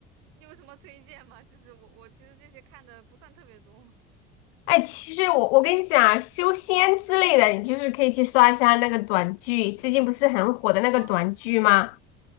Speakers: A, on the right (about 55°); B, on the left (about 55°).
A: 你有什么推荐吗？就是我我其实这些看的不算特别多 <laughs>
B: 哎，其实我我跟你讲啊，修仙之类的，你就是可以去刷一下那个短剧，最近不是很火的那个短剧吗？
A: 哦